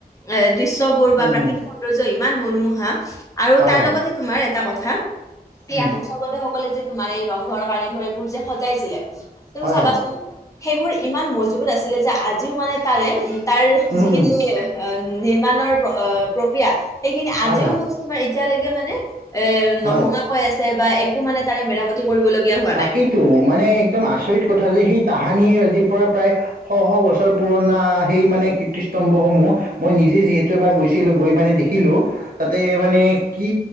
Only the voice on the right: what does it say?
উম
উম
হয়
হয়
উম
হয়
হয়
উম
উম
হয়
হয়
হয়
তাকেইেতো মানে একদম আচৰিত কথা যে সেই তাহানিৰ আজিৰ পৰা প্ৰায়- শ শ বছৰ পুৰণা সেই মানে কীৰ্তিস্তম্ভসমূহ- মই নিজে যিহেতু এবাৰ গৈছিলো গৈ মানে দেখিলো তাতে মানে- কি